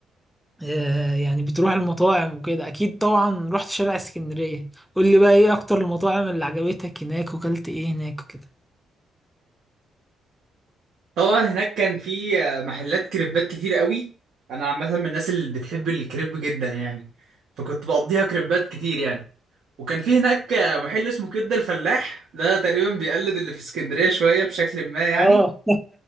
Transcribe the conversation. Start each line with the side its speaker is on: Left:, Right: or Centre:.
Centre: آه، يعني بتروح المطاعم وكده اكيد طبعا رحت شارع اسكندرية قول لي بقى ايه اكتر المطاعم اللي عجبتك هناك وكلت ايه هناك وكده
Right: طبعا هناك كان في محلات كريبات كتير قوي انا عامه من الناس اللي بتحب الكريب جدا يعني فكنت بقضيها كريبات كتير يعني وكان في هناك محل اسمه كبده الفلاح ده تقريبا بيقلد اللي في اسكندريه شويه بشكل ما يعني
Centre: اه